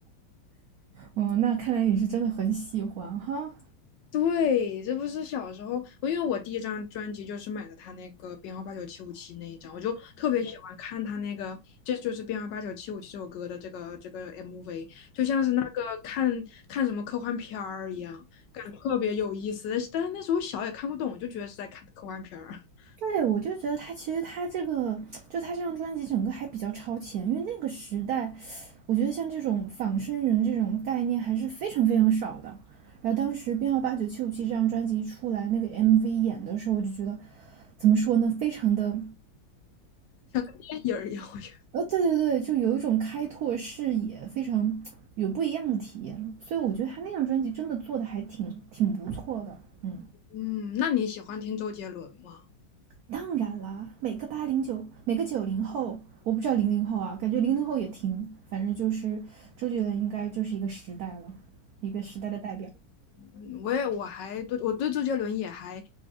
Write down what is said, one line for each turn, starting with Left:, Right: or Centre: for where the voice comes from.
Right: 哦，那看来你是真的很喜欢哈。
Left: 对，这不是小时候，我因为我第一张专辑就是买的他那个编号八九七五七那一张，我就特别喜欢看他那个，这就是编号八九七五七这首歌的这个这个 MV，就像是那个看看什么科幻片儿一样，感觉特别有意思。但是那时候小也看不懂，就觉得是在看科幻片儿，<laughs>
Right: 对，我就觉得他其实他这个，<tsk> 就他这张专辑整个还比较超前，因为那个时代，我觉得像这种仿生人这种概念还是非常非常少的。然后当时编号八九七五七这张专辑一出来，那个 MV 演的时候，我就觉得怎么说呢，非常的。
Left: 像看电影儿一样。我觉得，
Right: 呃，对对对，就有一种开拓视野，非常有不一样的体验。所以我觉得他那张专辑真的做的还挺挺不错的。嗯，
Left: 嗯，那你喜欢听周杰伦吗？
Right: 当然啦，每个八零九，每个九零后，我不知道零零后啊，感觉零零后也听，反正就是周杰伦应该就是一个时代了，一个时代的代表，
Left: 嗯我也我还对我对周杰伦也还